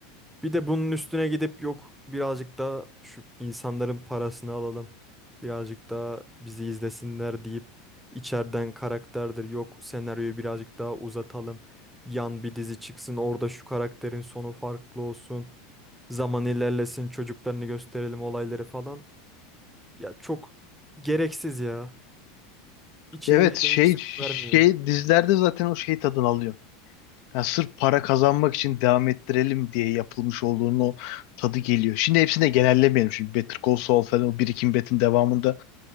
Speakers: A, in the centre; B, on the left.
A: Bir de bunun üstüne gidip yok birazcık daha şu insanların parasını alalım. Birazcık daha bizi izlesinler deyip içeriden karakterdir yok senaryoyu birazcık daha uzatalım. Yan bir dizi çıksın orada şu karakterin sonu farklı olsun. Zaman ilerlesin çocuklarını gösterelim olayları falan. Ya çok gereksiz ya. İçeriği
B: Evet, şey
A: de hiç zevk vermiyor.
B: şey dizilerde zaten o şey tadını alıyor. Yani sırf para kazanmak için devam ettirelim diye yapılmış olduğunun o tadı geliyor. Şimdi hepsini de genellemeyelim. Şimdi Better Call Saul falan o Breaking Bad'in devamında